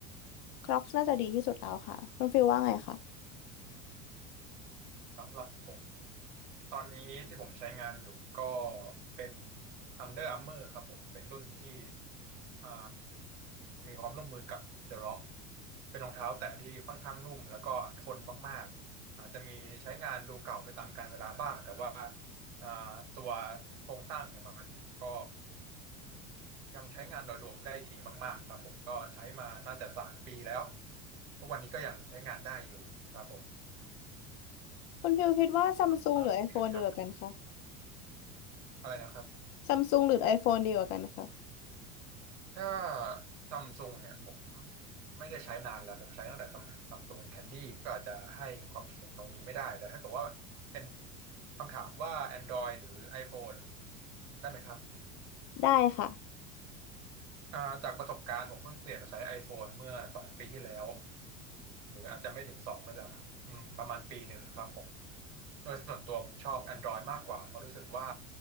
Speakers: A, on the left; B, on the right.
A: คร o อกซ์น่าจะดีที่สุดแล้วค่ะคุณฟิลว่าไงคะ
B: สำหรับผมตอนนี้ที่ผมใช้งานอยู่ก็เป็น Under Armour ครับผมเป็นรุ่นที่อ่ามีความร่วมมือกับ The Rock เป็นรองเท้าแตะที่ค่อนข้างนุ่มแล้วก็ทนมากๆอาจจะมีใช้งานดูเก่าไปตามกาลเวลาบ้างแต่ว่าอ่าตัวโครงสร้างของมันเนี่ยก็ยังใช้งานโดยรวมได้ดีมากๆครับผมก็ใช้มาน่าจะสามปีแล้วทุกวันนี้ก็ยังใช้งานได้อยู่ครับผม
A: คุณฟิลคิดว่าซัมซุงหรือ
B: เอ่อไม่คำถาม
A: iPhone ดีกว่ากันคะ
B: อะไรนะครับ
A: ซัมซุงหรือ iPhone ดีกว่ากันคะ
B: ถ้าซัมซุงเนี่ยผมไม่ได้ใช้นานแล้วผมใช้ตั้งแต่สมัยซัมซุงแคนดี้ก็อาจจะให้ความคิดเห็นตรงนี้ไม่ได้แต่ถ้าเกิดว่าเป็นคำถามว่า Android หรือ iPhone ได้ไหมครับ
A: ได้ค่ะ
B: อ่าจากประสบการณ์ผมเพิ่งเปลี่ยนมาใช้ iPhone เมื่อสองปีที่แล้วหรืออาจจะไม่ถึงสองด้วยซ้ำอืมประมาณปีหนึ่งครับผมโดยส่วนตัวผมชอบ Android มากกว่าเพราะรู้สึกว่า